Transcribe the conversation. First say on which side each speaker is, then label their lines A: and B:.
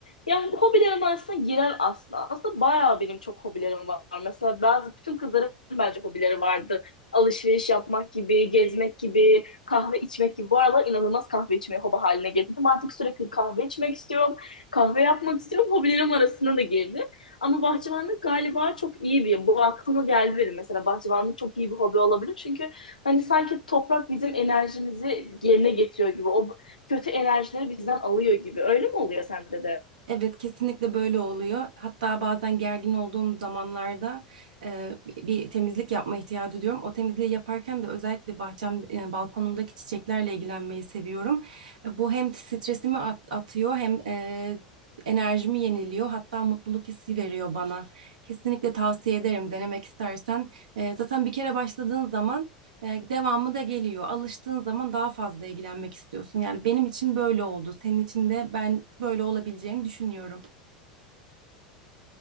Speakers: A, on the left; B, on the right.
A: Yani hobilerim arasında girer aslında. Aslında bayağı benim çok hobilerim var. Mesela bazı bütün kızların bence hobileri vardır. Alışveriş yapmak gibi, gezmek gibi, kahve içmek gibi. Bu aralar inanılmaz kahve içmeyi hobi haline getirdim. Artık sürekli kahve içmek istiyorum, kahve yapmak istiyorum. Hobilerim arasına da girdi. Ama bahçıvanlık galiba çok iyi bir, bu aklıma geldi benim mesela bahçıvanlık çok iyi bir hobi olabilir. Çünkü hani sanki toprak bizim enerjimizi yerine getiriyor gibi, o kötü enerjileri bizden alıyor gibi. Öyle mi oluyor sende de?
B: Evet kesinlikle böyle oluyor. Hatta bazen gergin olduğum zamanlarda e, bir temizlik yapma ihtiyacı duyuyorum. O temizliği yaparken de özellikle bahçem, e, balkonumdaki çiçeklerle ilgilenmeyi seviyorum. E, bu hem stresimi at- atıyor hem e, enerjimi yeniliyor. Hatta mutluluk hissi veriyor bana. Kesinlikle tavsiye ederim denemek istersen. E, zaten bir kere başladığın zaman e, devamı da geliyor. Alıştığın zaman daha fazla ilgilenmek istiyorsun. Yani benim için böyle oldu. Senin için de ben böyle olabileceğini düşünüyorum.